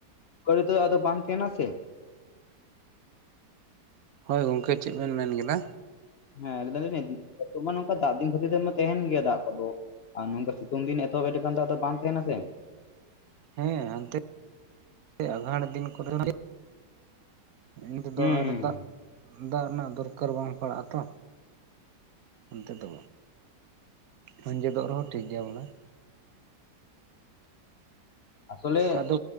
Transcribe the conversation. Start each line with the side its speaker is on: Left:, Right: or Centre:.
Left: ᱚᱱᱠᱟ ᱛᱚ ᱟᱫᱚ ᱵᱟᱝ ᱛᱟᱦᱮᱸᱱᱟ ᱥᱮ᱾
Right: ᱦᱳᱭ ᱜᱚᱝᱠᱮ ᱪᱮᱫ ᱵᱮᱱ ᱢᱮᱱ ᱠᱮᱫᱟ?
Left: ᱦᱮᱸ ᱞᱟᱹᱭ <unintelligible> ᱱᱚᱝᱠᱟ ᱫᱟᱜ ᱫᱤᱱ ᱠᱷᱟᱹᱛᱤᱨ ᱛᱮᱢᱟ ᱛᱟᱦᱮᱸᱱ ᱜᱮᱭᱟ ᱫᱟᱜ ᱠᱚᱫᱚ ᱟᱨ ᱱᱚᱝᱠᱟ ᱥᱤᱛᱩᱝ ᱫᱤᱱ ᱮᱛᱚᱦᱚᱵ ᱞᱮᱠᱷᱟᱱ ᱫᱚ ᱟᱫᱚ ᱵᱟᱝ ᱛᱟᱦᱮᱱᱟ ᱥᱮ
Right: ᱦᱮᱸ ᱦᱟᱱᱛᱮ ᱟᱸᱜᱷᱟᱲ ᱫᱤᱱ ᱠᱚᱨᱮ ᱤᱱᱟᱹ ᱛᱮᱫᱚ
Left: ᱦᱩᱸ
Right: ᱟᱨ
Left: ᱦᱩᱸ
Right: ᱫᱟᱜ ᱫᱟᱜ ᱨᱮᱱᱟᱜ ᱫᱚᱨᱠᱟᱨ ᱵᱟᱝ ᱯᱟᱲᱟᱜᱼᱟ ᱛᱚ, ᱚᱱᱛᱮ ᱫᱚ ᱦᱟᱸᱡᱮᱫᱚᱜ ᱨᱮᱦᱚᱸ ᱴᱷᱤᱠ ᱜᱮᱭᱟ ᱵᱚᱞᱮ᱾
Left: ᱟᱥᱚᱞᱮ
Right: ᱟᱫᱚ